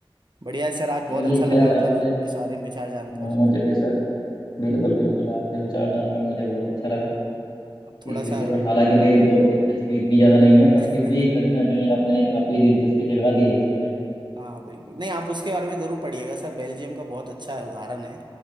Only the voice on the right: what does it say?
बढ़िया है सर आज बहुत
अच्छा
लगा मतलब
इस बारे में विचार
जानकर
अब थोड़ा
सा
<laughs>
हाँ बिल्कुल नहीं आप उसके बारे में ज़रूर पढ़िएगा सर बेल्जियम का बहुत अच्छा उदाहरण है